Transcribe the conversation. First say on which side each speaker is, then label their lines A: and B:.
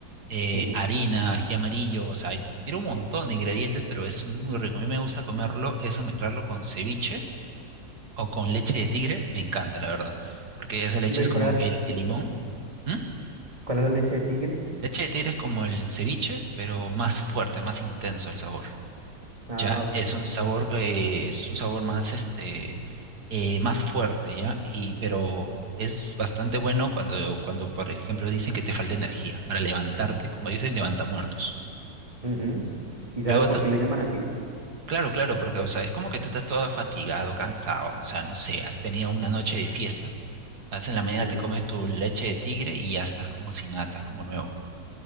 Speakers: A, on the right; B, on the right.
A: eh,
B: Ujú.
A: harina, ají amarillo, o sea, tiene un montón de ingredientes, pero es muy rico. A mí me gusta comerlo, eso mezclarlo con ceviche o con leche de tigre, me encanta, la verdad, porque esa leche
B: Ve,
A: es como
B: ¿Cuál era,
A: el,
B: ti-
A: el limón. ¿Mm?
B: cuál era la leche de tigre?
A: Leche de tigre es como el ceviche, pero más fuerte, más intenso el sabor.
B: Ah,
A: Ya
B: ok.
A: es un sabor que es un sabor más este eh, más fuerte, ¿ya? Y pero es bastante bueno cuando cuando por ejemplo dicen que te falta energía para levantarte, como dicen, levanta muertos.
B: Ujú. ¿Y sabes
A: Luego
B: por
A: ta-
B: qué le llaman así?
A: Claro, claro, porque, o sea, es como que tú estás todo fatigado, cansado, o sea, no sé, has tenido una noche de fiestas, vas en la mañana
B: Ujú.
A: te comes tu leche de tigre y ya estás como si nada, estás como nuevo.